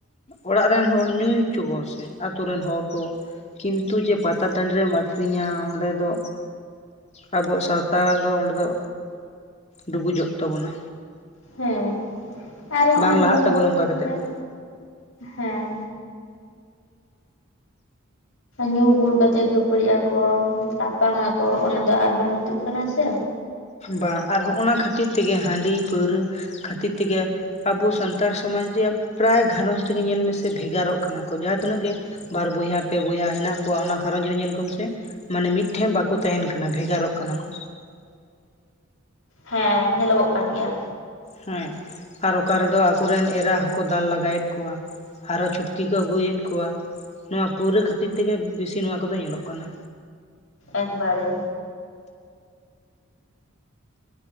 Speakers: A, on the left; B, on the left.
A: ᱚᱲᱟᱜ ᱨᱮᱱ ᱦᱚᱲ ᱧᱩᱭ ᱦᱚᱪᱚ ᱠᱚᱣᱟ ᱥᱮ ᱟᱹᱛᱩ ᱨᱮᱱ ᱦᱚᱲ ᱠᱚ᱾ ᱠᱤᱱᱛᱩ ᱡᱮ ᱯᱟᱛᱟ ᱴᱟᱺᱰᱤ ᱨᱮᱢ ᱟᱠᱷᱨᱤᱧᱟ ᱚᱸᱰᱮ ᱫᱚ ᱟᱵᱚᱣᱟᱜ ᱥᱟᱶᱛᱟ ᱫᱚ ᱚᱸᱰᱮ ᱫᱚ ᱰᱩᱵᱩᱡᱚᱜ ᱛᱟᱵᱚᱱᱟ᱾
B: ᱦᱮᱸ ᱟᱨ ᱦᱚᱸᱜ-ᱚᱭ
A: ᱵᱟᱝ
B: ᱧᱩ
A: ᱞᱟᱦᱟᱜ ᱛᱟᱵᱚᱱᱟ
B: ᱵᱩᱞ
A: ᱚᱱᱠᱟ
B: ᱠᱟᱛᱮᱫ,
A: ᱫᱚ
B: ᱦᱮᱸ᱾ ᱧᱩ ᱵᱩᱞ ᱠᱟᱛᱮᱜ ᱠᱷᱟᱹᱯᱟᱹᱨᱤᱜ-ᱟᱠᱚ ᱛᱟᱯᱟᱝ ᱟᱠᱚ ᱚᱱᱟ ᱫᱚ ᱟᱨ ᱵᱟᱝ ᱡᱩᱛᱩᱜ ᱠᱟᱱᱟ ᱥᱮ᱾
A: ᱵᱟᱝ ᱟᱨ ᱦᱚᱸᱜ-ᱱᱚᱶᱟ ᱠᱷᱟᱹᱛᱤᱨ ᱛᱮᱜᱮ ᱦᱟᱸᱰᱤ ᱯᱟᱹᱣᱨᱟᱹ ᱠᱷᱟᱛᱤᱨ ᱛᱮᱜᱮ᱾ ᱟᱵᱚ ᱥᱟᱱᱛᱟᱲ ᱥᱚᱢᱟᱡᱽ ᱨᱮᱭᱟᱜ ᱯᱨᱟᱭ ᱜᱷᱟᱨᱚᱸᱡᱽ ᱨᱮᱜᱮ ᱧᱮᱞ ᱢᱮ ᱥᱮ ᱵᱷᱮᱜᱟᱨᱚᱜ ᱠᱟᱱᱟ ᱠᱚ ᱡᱟᱦᱟᱸ ᱛᱤᱱᱟᱹᱜ ᱜᱮ᱾ ᱵᱟᱨ ᱵᱚᱭᱦᱟ ᱯᱮ ᱵᱚᱭᱦᱟ ᱦᱮᱱᱟᱜ ᱠᱚᱣᱟ ᱚᱱᱟ ᱜᱷᱟᱸᱨᱚᱡᱽ ᱨᱮ ᱧᱮᱞ ᱠᱚᱢ ᱥᱮ᱾ ᱢᱟᱱᱮ ᱢᱤᱫ ᱴᱷᱮᱱ ᱵᱟᱠᱚ ᱛᱟᱸᱦᱮᱱ ᱠᱟᱱᱟ ᱵᱷᱮᱜᱟᱨᱚᱜ ᱠᱟᱱᱟ ᱠᱚ᱾
B: ᱦᱮᱸ ᱧᱮᱞᱚᱜᱚᱜ ᱠᱟᱱ ᱜᱮᱭᱟ᱾
A: ᱦᱮᱸ ᱟᱨ ᱚᱠᱟ ᱨᱮᱫᱚ ᱟᱠᱚ ᱨᱮᱱ ᱮᱨᱟ ᱦᱚᱸᱠᱚ ᱫᱟᱞ ᱞᱟᱜᱟ ᱮᱫ ᱠᱚᱣᱟ᱾ ᱟᱨᱚ ᱪᱷᱩᱴᱠᱤ ᱠᱚ ᱟᱜᱩᱭᱮᱫ ᱠᱚᱣᱟ ᱱᱚᱣᱟ ᱯᱟᱹᱣᱨᱟᱹ ᱠᱷᱟᱹᱛᱤᱨ ᱛᱮᱜᱮ ᱵᱤᱥᱤ ᱱᱚᱶᱟ ᱠᱚᱫᱚ ᱧᱮᱞᱚᱜ ᱠᱟᱱᱟ᱾
B: ᱮᱠ ᱵᱟᱨᱮ᱾